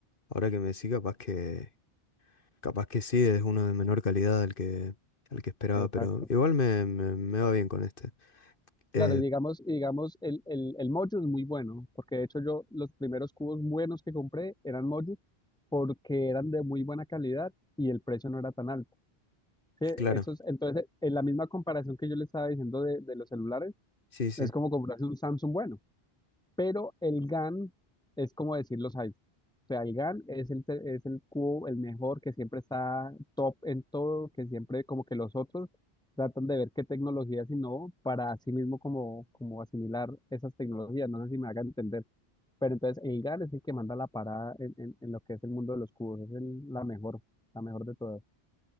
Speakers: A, on the left; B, in the centre.
A: ahora que me decís, capaz que, capaz que sí, es uno de menor calidad al que, al que esperaba,
B: Exacto.
A: pero igual me, me, me va bien con este. Eh,
B: Claro, y digamos, y digamos el, el, el Mojo es muy bueno, porque de hecho yo los primeros cubos buenos que compré eran Mojo porque eran de muy buena calidad y el precio no era tan alto. Sí,
A: claro,
B: eso es- entonces, en la misma comparación que yo le estaba diciendo de, de los celulares,
A: sí, sí,
B: es como comprarse un Samsung bueno. pero el GAN es como decir los iPhone. O sea, el GAN es el, te- es el cubo, el mejor, que siempre está top en todo, que siempre como que los otros tratan de ver qué tecnologías innovó para así mismo como, como asimilar esas tecnologías. No sé si me hagan entender. Pero entonces el GAN es el que manda la parada en, en- en lo que es el mundo de los cubos. Es el- la mejor, la mejor de todas.